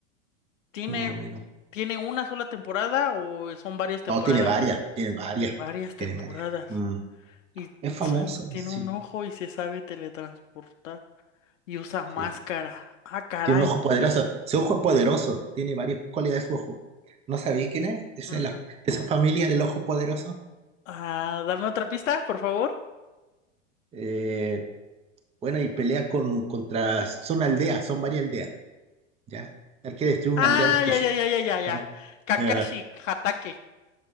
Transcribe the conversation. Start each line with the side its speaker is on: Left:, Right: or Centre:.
Left: ¿Tiene,
Right: más o menos.
Left: tiene una sola temporada o son varias temporadas?
Right: No, tiene varias, tiene varias,
Left: Varias
Right: tiene
Left: temporadas.
Right: varias. Mm.
Left: Y
Right: Es famoso,
Left: <sniffs> <tsk> tiene
Right: sí,
Left: un ojo y se sabe teletransportar. y usa máscara.
Right: sí.
Left: Ah, caray.
Right: Tiene un ojo poderoso, su ojo es poderoso, tiene varias cualidades su ojo. ¿No sabéis quién es? Esa,
Left: Mm,
Right: es la- esa familia del ojo poderoso.
Left: ah, dame otra pista, por favor.
Right: Eh, Bueno, y pelea con, contra, son aldeas, son varias aldeas, ¿ya? Hay que destruir
Left: Ah,
Right: una aldea en específico.
Left: ya, ya, ya, ya, ya,
Right: Ajá.
Left: ya. Kakashi
Right: Ya.
Left: Hatake.